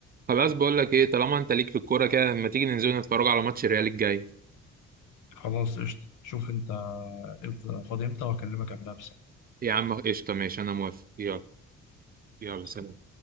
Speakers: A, on the right (about 30°); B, on the left (about 85°).
A: خلاص بقول لك ايه طالما انت ليك في الكوره كده ما تيجي ننزل نتفرج على ماتش الريال الجاي
B: خلاص قشطة شوف أنت إمتى- فاضي إمتى وهكلمك قبلها
A: يا عم قشطه ماشي انا موافق يلا يلا
B: بساعة
A: سلام